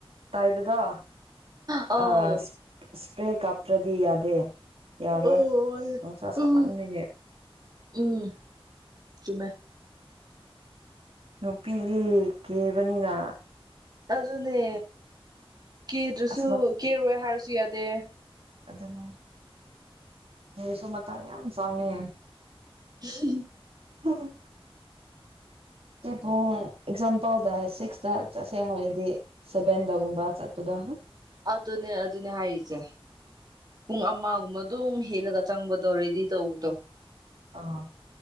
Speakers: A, on the right (about 75°); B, on the right (about 40°).
A: ꯇꯩꯕꯗꯣ
B: ꯑꯧ
A: ꯑ ꯁꯄ꯭ꯔꯦ ꯀꯥꯞꯇ꯭ꯔꯗꯤ ꯌꯥꯗꯦ ꯌꯥꯔꯣꯏ
B: ꯑꯣ
A: ꯅꯨꯡꯁꯥ ꯁꯥꯃꯟꯕꯒꯤ
B: ꯎꯝ ꯎꯝ ꯆꯨꯝꯃꯦ
A: ꯅꯨꯄꯤꯗꯤ ꯀꯦꯕꯅꯤꯅ
B: ꯑꯗꯨꯅꯦ ꯀꯦꯗ꯭ꯔꯁꯨ
A: ꯑꯁ
B: ꯀꯦꯔꯣꯏ ꯍꯥꯏꯔꯁꯨ ꯌꯥꯗꯦ
A: ꯑꯗꯨꯅꯦ ꯁꯤꯗꯁꯨ ꯃꯇꯝ ꯌꯥꯝ ꯆꯥꯡꯉꯦ
B: <unintelligible>
A: <unintelligible> ꯄꯨꯡ ꯑꯦꯛꯖꯥꯝꯄꯜꯗ ꯁꯤꯛꯁꯇ ꯆꯠꯁꯦ ꯍꯥꯏꯔꯗꯤ ꯁꯕꯦꯟꯗꯕꯒꯨꯝꯕ ꯆꯠꯄꯗꯣ
B: ꯑꯗꯨꯅꯦ ꯑꯗꯨꯅꯦ ꯍꯥꯏꯔꯤꯖꯦ ꯄꯨꯡ ꯑꯃꯒꯨꯝꯕ ꯑꯗꯨꯝ ꯍꯦꯜꯂꯒ ꯆꯪꯕꯗꯣ ꯔꯦꯗꯤ ꯇꯧꯕꯗꯣ
A: ꯑꯥ